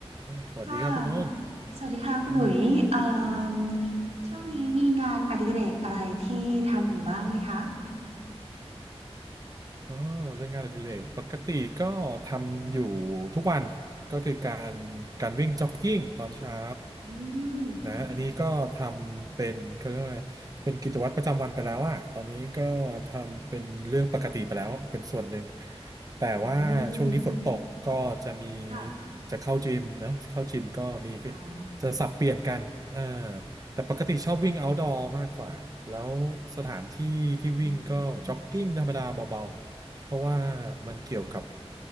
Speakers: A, on the right; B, on the right.
A: อ่าสวัสดีครับคุณโอ้น
B: ค่ะสวัสดีค่ะคุณหลุยเอ่
A: อืม
B: มช่วงนี้มีงานอดิเรกอะไรที่ทำอยู่บ้างไหมคะ
A: อ๋อเรื่องงานอดิเรกปกติก็ทำอยู่ทุกวันก็คือการการวิ่งจ็อกกิ้งตอนเช้า
B: อืม
A: นะอันนี้ก็ทำเป็นเขาเรียกว่าอะไรเป็นกิจวัตรประจำวันไปแล้วอะตอนนี้ก็ทำเป็นเรื่องปกติไปแล้วเป็นส่วนหนึ่งแต่ว่าช่วงนี้ฝนตกก็จะมี
B: อืมค่ะ
A: จะเข้าจิมเนอะเข้าจิมก็มี
B: อ๋อ
A: จะสับเปลี่ยนกันอ่าแต่ปกติชอบวิ่ง outdoor มากกว่าแล้วสถานที่ที่วิ่งก็จ็อกกิ้งธรรมดาเบา
B: อืม
A: เพราะว่ามันเกี่ยวกับ
B: อืม